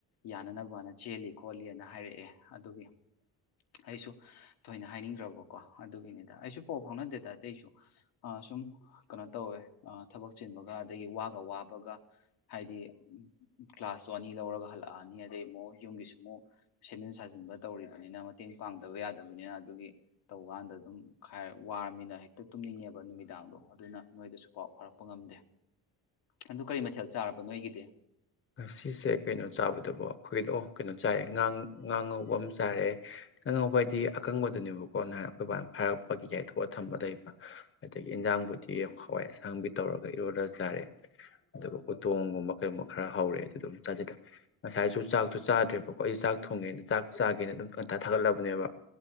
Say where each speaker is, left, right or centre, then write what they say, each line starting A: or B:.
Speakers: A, on the left; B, on the left.
A: ꯌꯥꯅꯅꯕꯅ ꯆꯦꯜꯂꯤ ꯈꯣꯠꯂꯤꯑꯅ ꯍꯥꯏꯔꯛꯑꯦ ꯑꯗꯨꯒꯤ ꯑꯩꯁꯨ ꯊꯣꯏꯅ ꯍꯥꯏꯅꯤꯡꯗ꯭ꯔꯕꯀꯣ ꯑꯗꯨꯒꯤꯅꯤꯗ ꯑꯩꯁꯨ ꯄꯥꯎ ꯐꯥꯎꯅꯗꯦꯗ ꯑꯇꯩꯁꯨ ꯁꯨꯝ ꯀꯩꯅꯣ ꯇꯧꯋꯦ ꯊꯕꯛ ꯆꯤꯟꯕꯒ ꯑꯗꯒꯤ ꯋꯥꯒ ꯋꯥꯕꯒ ꯍꯥꯏꯗꯤ ꯀ꯭ꯂꯥꯁꯇꯣ ꯑꯅꯤ ꯂꯧꯔꯒ ꯍꯜꯂꯛꯑꯅꯤ ꯑꯗꯩ ꯑꯃꯨꯛ ꯌꯨꯝꯒꯤꯁꯨ ꯑꯃꯨꯛ ꯁꯦꯝꯖꯤꯟ ꯁꯥꯖꯤꯟꯕ ꯇꯧꯔꯤꯕꯅꯤꯅ ꯃꯇꯦꯡ ꯄꯥꯡꯗꯕ ꯌꯥꯗꯕꯅꯤꯅ ꯑꯗꯨꯒꯤ ꯇꯧꯀꯥꯟꯗ ꯑꯗꯨꯝ ꯈ ꯋꯥꯔꯃꯤꯅ ꯍꯦꯛꯇ ꯇꯨꯝꯅꯤꯡꯉꯦꯕ ꯅꯨꯃꯤꯗꯥꯡꯗꯣ ꯑꯗꯨꯅ ꯅꯣꯏꯗꯁꯨ ꯄꯥꯎ ꯐꯔ ꯊꯣꯛꯄ ꯉꯝꯗꯦ ꯑꯗꯨ ꯀꯔꯤ ꯃꯊꯦꯜ ꯆꯥꯔꯕ ꯅꯣꯏꯒꯤꯗꯤ
B: ꯉꯁꯤꯁꯦ ꯀꯩꯅꯣ ꯆꯥꯕꯗꯨꯕꯨ ꯑꯩꯈꯣꯏꯗꯣ ꯀꯩꯅꯣ ꯆꯥꯏꯔꯦ ꯉꯥꯡ ꯉꯧꯕ ꯑꯃ ꯆꯥꯔꯦ ꯉꯥ ꯉꯧꯕ ꯍꯥꯏꯗꯤ ꯑꯀꯪꯕꯗꯨꯅꯦꯕꯀꯣ ꯅꯍꯥꯟꯅ ꯑꯩꯈꯣꯏꯕꯥꯅ ꯐꯥꯔꯛꯄꯒꯤ ꯌꯥꯏꯊꯣꯛꯑ ꯊꯝꯕ ꯂꯩꯕ ꯑꯗꯒꯤ ꯏꯟꯖꯥꯡꯕꯨꯗꯤ ꯍꯋꯥꯏ ꯑꯁꯥꯡꯕꯤ ꯇꯧꯔꯒ ꯏꯔꯣꯜꯂ ꯆꯥꯔꯦ ꯑꯗꯨꯒ ꯎꯇꯣꯡꯒꯨꯝꯕ ꯀꯃꯣ ꯈꯔ ꯍꯧꯔꯦ ꯑꯗꯨ ꯑꯗꯨꯝ ꯆꯥꯁꯤꯜꯂ ꯉꯁꯥꯏꯁꯨ ꯆꯥꯛꯇꯣ ꯆꯥꯗ꯭ꯔꯦꯕꯀꯣ ꯑꯩ ꯆꯥꯛ ꯊꯣꯡꯒꯦꯅ ꯆꯥꯛ ꯆꯥꯒꯦꯅ ꯑꯗꯨꯝ ꯑꯟꯇ ꯊꯥꯒꯠꯂꯕꯅꯦꯕ